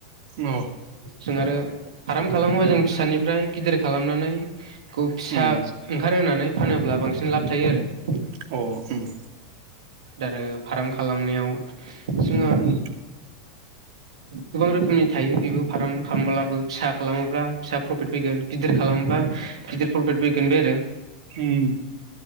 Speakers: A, on the right (about 65°); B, on the right (about 85°).
A: अ
B: जों आरो फाराम खालामोबा जों फिसानिफ्राय गिदिर खालामनानै खौ फिसा
A: उम
B: ओंखारहोनानै फानोब्ला बांसिन लाब थायो आरो।
A: अ उम
B: दा आरो फार्म खालामनायाव जोङो
A: उम
B: गोबां रोखोमनि थायो बेबो फार्म खालामब्लाबो फिसा खालामोब्ला फिसा प्रफिट फैगोन गिदिर खालामोब्ला गिदिर फ्रफिद फैगोन बे आरो।
A: उम